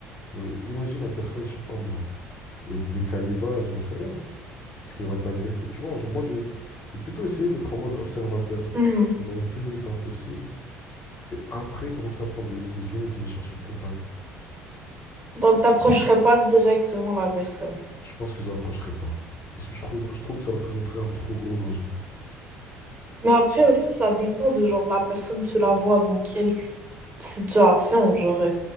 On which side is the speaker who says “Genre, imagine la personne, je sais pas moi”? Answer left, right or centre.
Left